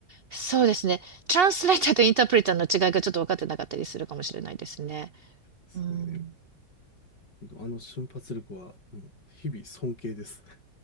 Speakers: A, on the right (about 80°); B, on the left (about 85°).
A: そうですね。トランスレーターとインタープリターの違いがちょっと分かってなかったりするかもしれないですね。
B: すね。
A: うん。
B: あの瞬発力は、うん、日々尊敬です。